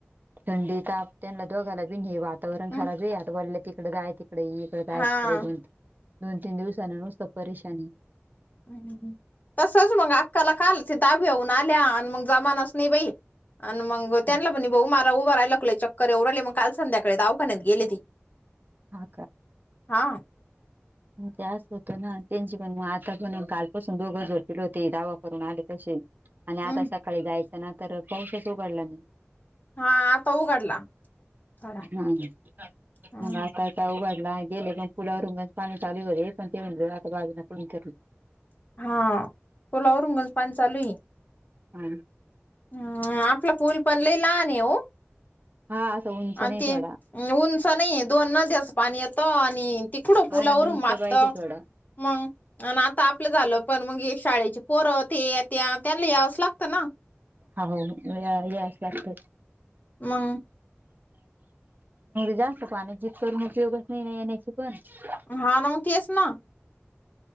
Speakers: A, on the right; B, on the left.
A: थंडी ताप त्यांना दोघायला बी नाही वातावरण
B: हम्म.
A: खराब आहे आता वल्या तिकडे जाय तिकडे येई त काय
B: हा
A: तिकडे दोन दोन तीन दिवसाने नुसतं परेशानी.
B: हम्म तसच मग अक्काला कालच दाबेऊन आल्या आणि मग जमानास नाही बाई. आणि मग
A: हा
B: त्यानला पण भाऊ उभ राय लागले चक्कर येऊ राहिले मग काल संध्याकाळी दावाखान्यात गेली नाही.
A: हा
B: हा
A: मग ते असं होतं ना त्यांची पण मग आता पण कालपासून दोघं झोपले होते दवा करून आले तसे, आणि आता
B: हम्म
A: सकाळी जायचं ना तर पाऊसच उघडला नाही.
B: हा आता उघडला थोडा
A: हम्
B: हम्म
A: मग आता <inaudible> उभारला गेले पण पुलावरुनच पाणी चालू होते पण ते म्हणज आता बाजू कुणी करली <inaudible>
B: हा पुलावरूनच पाणी चालू आहे.
A: हा
B: हम् आपला पूल पण लई लहान आहे हो.
A: हा असं उंच नाही
B: आणि ते
A: थोडा.
B: उंच नाही दोन नद्याचं पाणी येतं आणि तिकडं
A: हा
B: पुलावरून
A: ना उंच
B: मातत.
A: पाहिजे थोडा
B: मग आणि आता आपलं झालं पण मग शाळेची, पोर ते येत्या त्यांना यावचं लागतं ना.
A: हो या यावंच लागतं.
B: मग
A: जास्त पाण्या जि करून उपयोगच नाही ना येण्याची पण <inaudible>
B: हा ना मग तेच ना